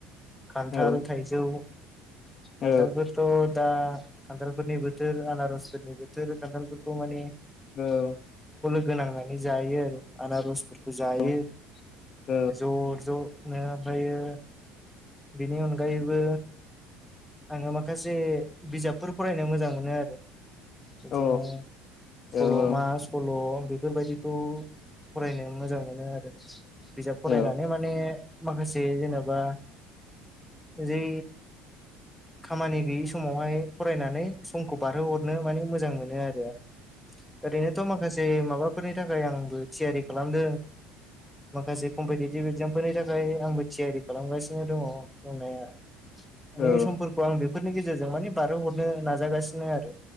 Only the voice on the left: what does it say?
औ
औ
औ।
औ औ
औ
औ
औ
औ